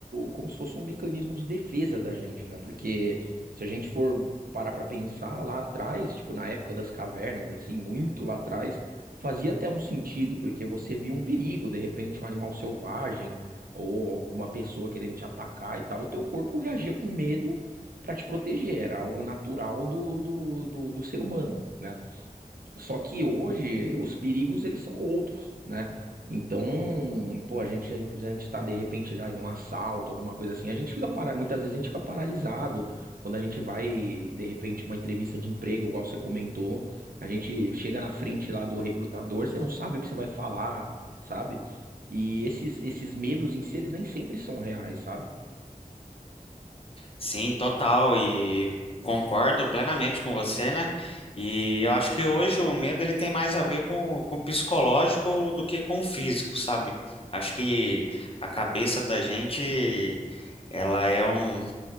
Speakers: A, on the right; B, on the left.
A: como se fosse um mecanismo de defesa da gente, né? Porque se a gente for parar pra pensar lá atrás, tipo na época das cavernas, assim, muito lá atrás, fazia até um sentido, porque você via um perigo, de repente um animal selvagem ou alguma pessoa querendo te atacar e tal, o teu corpo reagia com medo pra te proteger, era algo natural do, do, do, do ser humano. né? Só que hoje os perigos eles são outros, né? Então, pô, a gente, a gente tá de repente já em um assalto, alguma coisa assim. A gente fica para, muitas vezes a gente fica paralisado quando a gente vai, de repente, uma entrevista de emprego, igual você comentou. A gente chega na frente lá do recrutador, você não sabe o que você vai falar, sabe? E esses, esses medos em si, eles nem sempre são reais, sabe?
B: Sim, total, e concordo plenamente com você, né? E eu acho que hoje o medo ele tem mais a ver com, com o psicológico do que com o físico, sabe? Acho que a cabeça da gente, ela é um,